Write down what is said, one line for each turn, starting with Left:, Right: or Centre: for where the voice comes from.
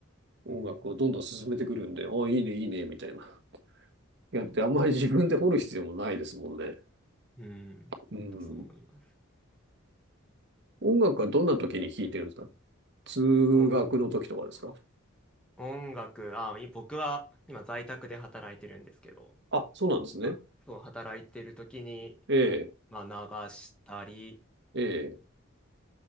Right: 音楽をどんどん進めてくるんで、
Centre: うん、
Right: あ、いいね、いいね、みたいな。やってあんまり自分で掘る必要もないですもんね。
Centre: うん、
Right: うん。
Centre: 本当そう思います。
Right: 音楽はどんな時に聴いてるんですか通学の時とかですか
Centre: 音、音楽、あ、い僕は今在宅で働いてるんですけど、
Right: あ、そうなんですね。
Centre: まあ、そう、働いてる時に、
Right: ええ、
Centre: まあ、流したり、
Right: ええ、